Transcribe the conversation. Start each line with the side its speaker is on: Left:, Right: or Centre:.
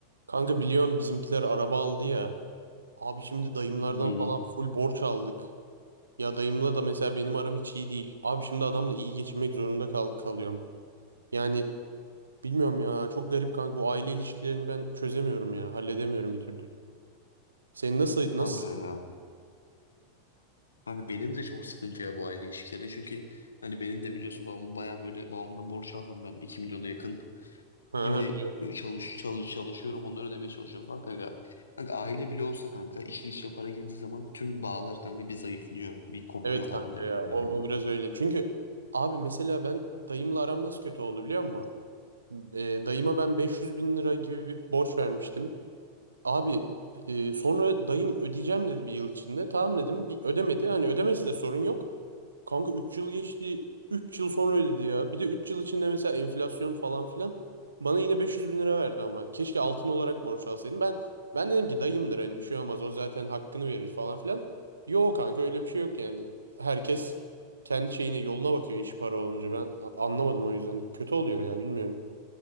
Right: Kanka biliyorsun bizimkiler araba aldı ya. Abi şimdi dayımlardan
Left: Hı hı.
Right: falan full borç aldık. Ya dayımla da mesela benim aram hiç iyi değil. Abi şimdi adamla iyi geçinmek zorunda kal kalıyorum. Yani bilmiyorum ya çok garip kanka bu aile ilişkilerini ben çözemiyorum ya. Halledemiyorum bir türlü. Sen nasıl nasıl?
Left: Kanka ya. Kanka benim de çok sıkıntı ya bu aile ilişkileri. Çünkü hani benim de biliyorsun babam baya böyle babamdan borç aldım ben 2 milyona yakın.
Right: Ha,
Left: Şimdi
Right: ha, biliyorum.
Left: e, çalış, çalış çalışıyorum onları ödemeye çalışıyorum falan kanka. Kanka aile bile olsa kanka işin içine para girdiği zaman tüm bağlar kanka bir zayıflıyor. Bir kopuyor
Right: Evet kanka
Left: falan da
Right: ya
Left: öyle yani.
Right: o, o biraz öyle. Çünkü abi mesela ben dayımla aram nasıl kötü oldu biliyor musun? Ee, dayıma ben 500 bin lira gibi bir borç vermiştim. Abi e, sonra dayım ödeyeceğim dedi bir yıl içinde. Tamam dedim. Bir ödemedi. Hani ödemesi de sorun yok. Kanka 3 yıl geçti. üç yıl sonra ödedi ya. Bir de 3 yıl içinde mesela enflasyon falan filan. Bana yine 500 bin lira verdi ama. Keşke altın olarak borç alsaydım. Ben ben dedim ki dayımdır hani bir şey olmaz. O zaten hakkını verir falan filan. Yok kanka öyle bir şey yok yani. Herkes kendi şeyine yoluna bakıyor iş para olunca. Ben a- anlamadım o yüzden. Kötü oluyor ya bilmiyorum.